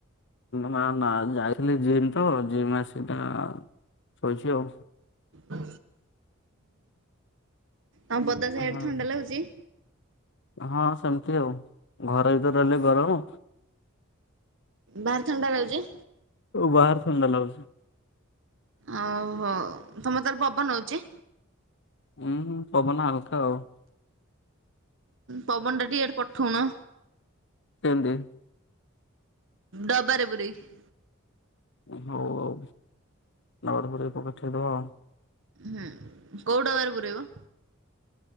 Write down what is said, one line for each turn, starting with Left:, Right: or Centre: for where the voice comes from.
Left: ନା ନା ଯାଇଥିଲି ଜିମ୍ ତ, ଜିମ ଆସି <unintelligible> ଶୋଇଚି ଆଉ।
Right: ହଁ, ତମ ବଦା ସାହିଆଡେ
Left: ହଁ
Right: ଥଣ୍ଡା ଲାଗୁଚି।
Left: ହଁ, ସେମିତି ଆଉ, ଘର ଭିତରେ ରହିଲେ ଗରମ
Right: ବାହାର ଥଣ୍ଡା ଲାଗୁଚି?
Left: ବାହାର ଥଣ୍ଡା ଲାଗୁଛି।
Right: ଓହୋଃ ତମେ ତାହାଲେ ପବନ ହଉଚି?
Left: ହୁଁ ପବନ ହାଲକା ଆଉ।
Right: ପବନ ଟା ଟିକେ ଇଆଡେ ପଠଉନ।
Left: କେନ୍ତି।
Right: ଡବାରେ ପୁରେଇ କି
Left: ହଉ ଆଉ ଡବାରେ ପୁରେଇ କି ପଠେଇ ଦବା ଆଉ।
Right: ହୁଁ, କୋଉ ଡବା ରେ ପୁରେଇବ?